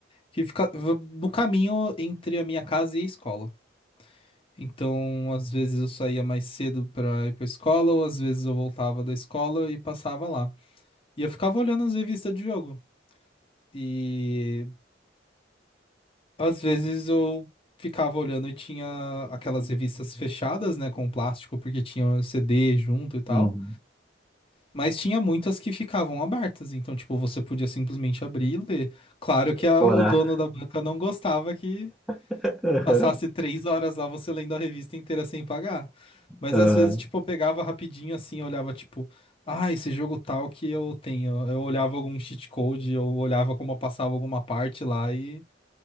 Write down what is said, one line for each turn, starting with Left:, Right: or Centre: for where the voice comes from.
Left: que ficava no caminho entre a minha casa e a escola. Então, às vezes eu saía mais cedo pra ir pra escola, ou às vezes eu voltava da escola e passava lá. E eu ficava olhando as revistas de jogo. E Às vezes eu ficava olhando e tinha aquelas revistas fechadas, né, com plástico, porque tinha CD junto e tal.
Centre: uhum.
Left: Mas tinha muitas que ficavam abertas, então, tipo, você podia simplesmente abrir e ler. Claro que a-
Centre: Orar,
Left: o dono da banca não gostava que
Centre: <laughs>
Left: passasse três horas lá você lendo a revista inteira sem pagar. Mas
Centre: Aham,
Left: às vezes, tipo, eu pegava rapidinho assim, olhava, tipo, ah, esse jogo tal que eu tenho. Eu olhava algum cheat code, eu olhava como eu passava alguma parte lá e,